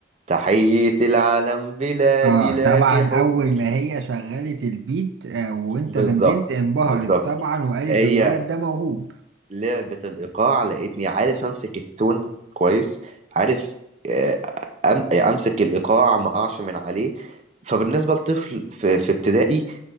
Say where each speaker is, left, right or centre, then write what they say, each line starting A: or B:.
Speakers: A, on the right; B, on the right.
A: تحية العالم بلادي
B: اه
A: لك
B: طبعا اول
A: حبي
B: ما هي شغلت البيت آه وانت
A: بالظبط
B: دندنت انبهرت
A: بالظبط
B: طبعا وقالت
A: هي
B: الولد ده موهوب
A: لعبة الإيقاع لقيتني عارف أمسك التون كويس عارف آه، أم- أمسك الإيقاع ما أقعش من عليه فبالنسبة لطفل في في ابتدائي